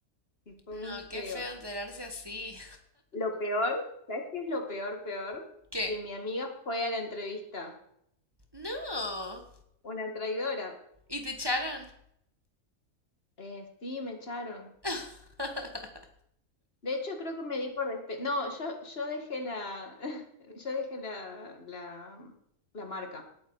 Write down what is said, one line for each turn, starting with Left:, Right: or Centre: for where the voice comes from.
Left: Y fue
Right: No,
Left: muy
Right: qué
Left: feo.
Right: feo enterarse así.
Left: Lo peor, ¿sabes qué es lo peor, peor?
Right: <laughs> ¿Qué?
Left: Que mi amiga fue a la entrevista.
Right: No.
Left: Una traidora.
Right: ¿Y te echaron?
Left: Eh, sí, me echaron.
Right: <laughs>
Left: De hecho, creo que me di por despe... No, yo, yo dejé la, <laughs> yo dejé la, la, mm, la marca,